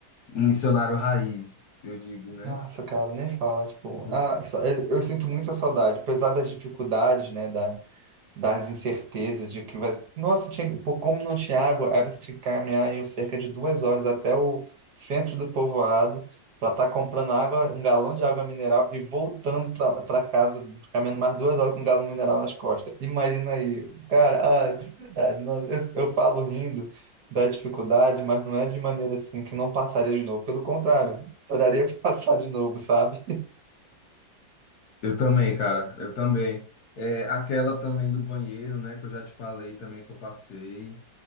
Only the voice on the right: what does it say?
Nossa, cara, nem fala, tipo,
ah, só- eu, eu sinto muita saudade, apesar das dificuldades, né, da, das incertezas de que vai. Nossa, tinha... por como não tinha água, aí você tinha que caminhar em cerca de duas horas até o centro do povoado para estar comprando água, um galão de água mineral e voltando para casa, caminhando mais duas horas com um galão mineral nas costas. Imagina aí, cara, ah, de verdade, nossa, eu, eu falo rindo da dificuldade, mas não é de maneira assim que não passaria de novo. Pelo contrário, adoraria <laughs> passar de novo, sabe?